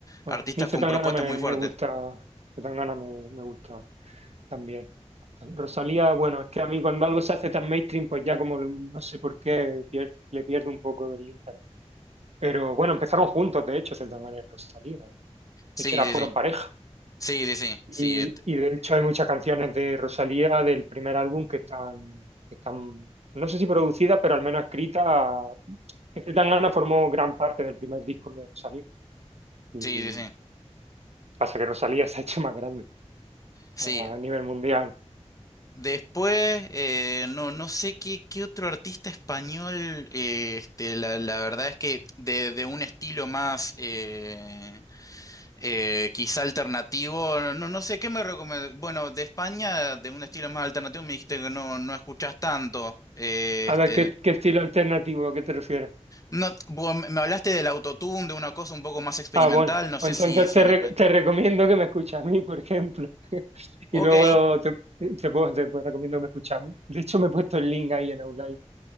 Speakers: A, on the right; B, on the left.
A: Oh.
B: Artistas
A: Mi Zetangana
B: con propuestas
A: me,
B: muy fuertes.
A: me gusta, Zetangana me, me gusta también. Rosalía, bueno, es que a mí cuando algo se hace tan mainstream, pues ya como no sé por qué pier- le pierdo un poco el interés. Pero bueno, empezaron juntos, de hecho, Zetangana y Rosalía. De
B: Sí,
A: hecho, era,
B: sí,
A: fueron
B: sí.
A: pareja.
B: Sí, sí, sí.
A: Y,
B: Sí, et-
A: y de hecho hay muchas canciones de Rosalía del primer álbum que están, que están, no sé si producidas, pero al menos escritas. Este Tangana formó gran parte del primer disco de Rosalía. Y
B: sí, sí, sí.
A: pasa que Rosalía se ha hecho más grande
B: Sí,
A: a nivel mundial.
B: Después, eh, no, no sé qué, qué otro artista español, eh, este, la, la verdad es que de, de un estilo más eh, eh, quizá alternativo, no, no no sé qué me recomiendas. Bueno, de España, de un estilo más alternativo, me dijiste que no, no escuchás tanto. eh,
A: A
B: este,
A: ver, ¿qué, qué estilo alternativo a qué te refieres?
B: no, vos me me hablaste del autotune, de una cosa un poco más experimental,
A: Ah, bueno,
B: no
A: pues
B: sé
A: entonces
B: si, si
A: te,
B: en
A: re-
B: España.
A: te recomiendo que me escuches a mí, por ejemplo. <laughs>
B: Ok,
A: Y luego te, te puedo, te puedo- recomiendo que me escuches a mí. De hecho, me he puesto el link ahí en Outline